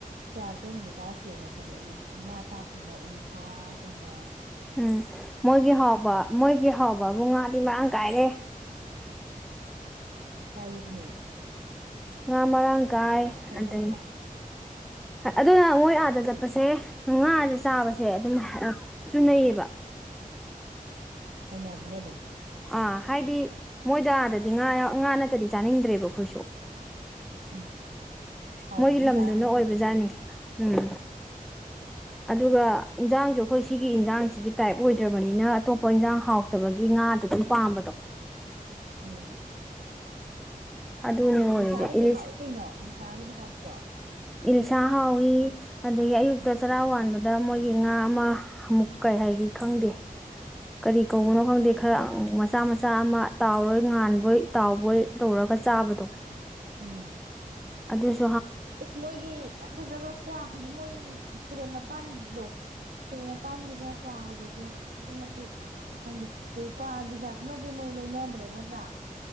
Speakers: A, on the right (about 80°); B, in the centre.
A: ꯀꯌꯥ ꯇꯣꯏꯅꯗꯤ ꯆꯥꯔꯛꯇꯦꯗꯅ ꯑꯩꯈꯣꯏꯁꯨ ꯑꯩ ꯉꯥ ꯆꯥꯛꯀꯨꯝꯕ ꯑꯦꯂꯤꯁꯥꯒꯨꯝꯕ
B: ꯎꯝ ꯃꯣꯏꯒꯤ ꯍꯥꯎꯕ ꯃꯣꯏꯒꯤ ꯍ ꯕꯥꯕꯨ ꯉꯥꯗꯤ ꯃꯔꯥꯡ ꯀꯥꯏꯔꯦ꯫
A: ꯀꯥꯏꯌꯦ ꯑꯗꯨꯅꯦ ꯫
B: ꯉꯥ ꯃꯔꯥꯡ ꯀꯥꯏ ꯑꯗꯩ
A: ꯆꯥꯗ꯭ꯔꯣ
B: ꯑꯗꯨꯅ ꯃꯣꯏ ꯑꯥꯗ ꯆꯠꯄꯁꯦ ꯉꯥꯁꯦ ꯆꯥꯕꯁꯦ ꯑꯗꯨꯝ ꯆꯨꯅꯩꯌꯦꯕ꯫
A: ꯍꯩꯅꯕꯅꯦ ꯑꯗꯨꯝ꯫
B: ꯑꯥ ꯍꯥꯏꯗꯤ ꯃꯣꯏꯗ ꯑꯥꯗꯗꯤ ꯉꯥ ꯉꯥ ꯅꯠꯇꯗꯤ ꯆꯥꯅꯤꯡꯗ꯭ꯔꯦꯕ ꯑꯩꯈꯣꯏꯁꯨ꯫
A: ꯎꯝ꯫ ꯊꯥꯎꯒꯨꯝꯕ
B: ꯃꯣꯏꯒꯤ
A: ꯑꯃ
B: ꯂꯝꯗꯨꯅ
A: ꯆꯥꯔ ꯍꯩꯅ
B: ꯑꯣꯏꯕ
A: ꯍꯥꯎꯅꯕꯅꯦ
B: ꯖꯥꯠꯅꯤ ꯎꯝ꯫ ꯑꯗꯨꯒ ꯏꯟꯖꯥꯡꯁꯨ ꯑꯩꯈꯣꯏ ꯁꯤꯒꯤ ꯏꯟꯖꯥꯡꯁꯤꯒꯤ ꯇꯥꯏꯞ ꯑꯣꯏꯗ꯭ꯔꯕꯅꯤꯅ ꯑꯇꯣꯞꯄ ꯏꯟꯁꯥꯡ ꯍꯥꯎꯇꯕꯒꯤ ꯉꯥꯗ ꯑꯗꯨꯝ ꯄꯥꯝꯕꯗꯣ
A: ꯎꯝ꯫
B: ꯑꯗꯨꯅꯦ ꯑꯣꯏꯔꯤꯁꯦ
A: ꯏꯂꯤꯁꯥꯒꯗꯤ
B: ꯏꯂꯤꯁ
A: ꯍꯥꯎꯏ ꯀꯩꯅꯣ ꯏꯂꯤꯁꯥꯒꯗꯤ ꯍꯥꯎꯇ꯭ꯔꯣ?
B: ꯏꯂꯤꯁꯥ ꯍꯥꯎꯋꯤ ꯑꯗꯒꯤ ꯑꯌꯨꯛꯇ
A: ꯎꯝ
B: ꯆꯔꯥꯥ ꯋꯥꯥꯟꯕ ꯗ ꯃꯣꯏꯒꯤ ꯉꯥ ꯑꯃ ꯑꯃꯨꯛ ꯀꯩ ꯍꯥꯏꯒ ꯈꯪꯗꯦ꯫ ꯀꯔꯤ ꯀꯧꯕꯅꯣ
A: ꯎꯝ
B: ꯈꯪꯗꯦ ꯈꯔ ꯃꯆꯥ - ꯃꯆꯥ ꯑꯃ ꯇꯥꯎꯔꯣꯏ ꯉꯥꯟꯕꯣꯏ ꯇꯥꯎꯕꯣꯏ ꯇꯧꯔꯒ ꯆꯥꯕꯗꯣ
A: ꯎꯝ
B: <inaudible> ꯑꯗꯨꯁ
A: ꯏꯁ ꯃꯣꯏꯒꯤ ꯌꯥꯝ ꯐꯖꯕ ꯋꯥ ꯍꯥꯏꯗꯤ ꯃꯣꯏ ꯇꯨꯔꯦꯟ ꯃꯄꯥꯟꯗꯣ ꯇꯨꯔꯦꯟ ꯃꯄꯥꯟꯁꯤꯗ ꯀ꯭ꯋꯥ ꯍꯧꯕꯁꯦ ꯑꯗꯨꯛꯀꯤ ꯃꯇꯤꯛ ꯈꯪꯗꯦ ꯀ꯭ꯋꯥꯒꯤꯥ ꯖ ꯃꯗꯤ ꯃꯣꯏ ꯂꯩꯅꯗ꯭ꯔꯦ ꯅꯠꯇ꯭ꯔꯥ?